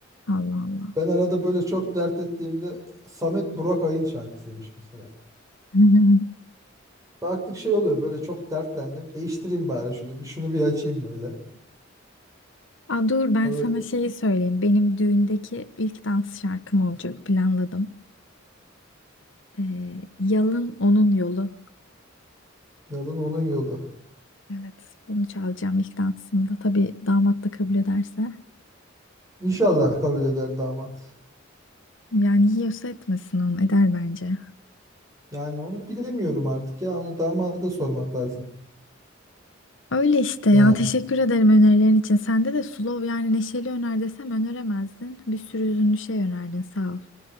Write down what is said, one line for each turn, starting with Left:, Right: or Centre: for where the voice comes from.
Left: Allah
Right: <laughs>
Left: Allah.
Right: Ben arada böyle çok dert ettiğimde Samet Burak Ay'ın şarkısıymış mesela.
Left: <laughs>
Right: Baktık şey oluyor böyle çok dertlendim. Değiştireyim bari şunu bir şunu bir açayım böyle.
Left: Aa, dur ben
Right: Ama
Left: sana şeyi söyleyeyim. Benim düğündeki ilk dans şarkım olacak planladım. Ee, Yalın Onun Yolu.
Right: yolun onun yolu.
Left: Evet bunu çalacağım ilk dansımda. Tabii damat da kabul ederse.
Right: İnşallah kabul eder damat.
Left: Yani yiyorsa etmesin onu eder bence.
Right: Yani onu bilemiyorum artık ya. Onu damada sormak lazım.
Left: Öyle işte
Right: Ne?
Left: ya teşekkür ederim önerilerin için. Sende de slow yani neşeli öner desem öneremezdin. Bir sürü üzünlü şey önerdin sağ ol.